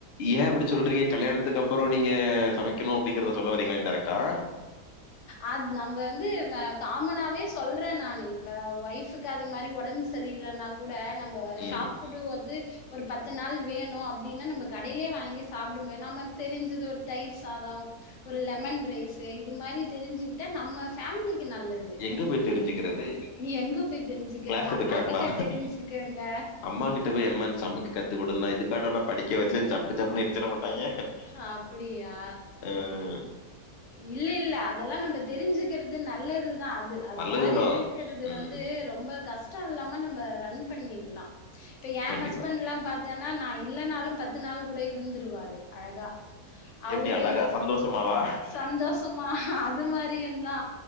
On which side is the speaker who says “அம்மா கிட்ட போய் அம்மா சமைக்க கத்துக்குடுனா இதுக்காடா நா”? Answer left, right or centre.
Left